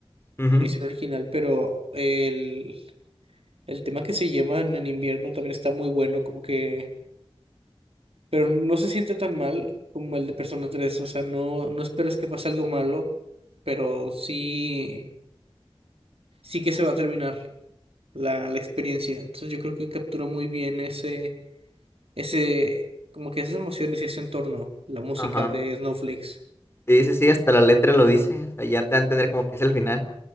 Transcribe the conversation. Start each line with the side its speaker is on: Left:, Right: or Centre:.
Left: Ujú,
Right: en la edición original, pero el, el tema que se llevan en invierno también está muy bueno, como que, pero no se siente tan mal como el de Persona tres o sea, no, no esperas que pase algo malo, pero sí, sí que se va a terminar. la, la experiencia. Entonces yo creo que captura muy bien ese, ese, como que esas emociones y ese entorno, la música
Left: Ajá.
Right: de Snowflakes.
Left: Sí, sí, sí, hasta la letra lo dice. O sea, ya te va a entender como que es el final.